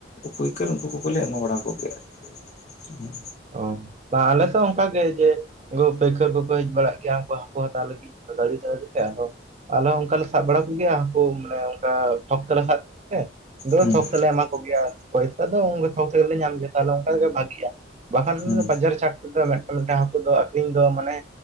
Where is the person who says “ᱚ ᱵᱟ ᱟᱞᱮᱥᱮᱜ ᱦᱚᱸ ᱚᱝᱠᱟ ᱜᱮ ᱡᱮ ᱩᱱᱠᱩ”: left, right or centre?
Right